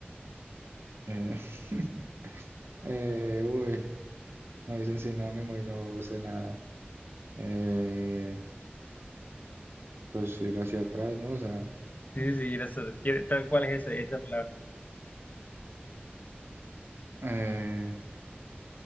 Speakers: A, on the right; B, on the left.
A: Eh, <laughs> eh, uy. Me dicen sinónimo y no sé nada. Eh, pues ir hacia atrás, ¿no? O sea.
B: Sí, sí, sí, era eso. Era- tal cual es esa, esa palabra.
A: eh,